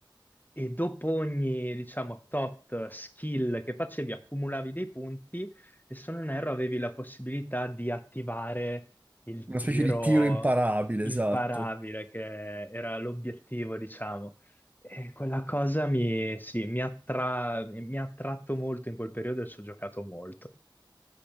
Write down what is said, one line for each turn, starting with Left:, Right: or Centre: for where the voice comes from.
Left: e dopo ogni, diciamo, tot skill che facevi accumulavi dei punti e se non erro avevi la possibilità di attivare il
Right: Una
Left: tiro
Right: specie di tiro imparabile,
Left: imparabile,
Right: esatto.
Left: che era l'obiettivo, diciamo. E quella cosa mi, sì, mi attra- mi ha attratto molto in quel periodo e ci ho giocato molto.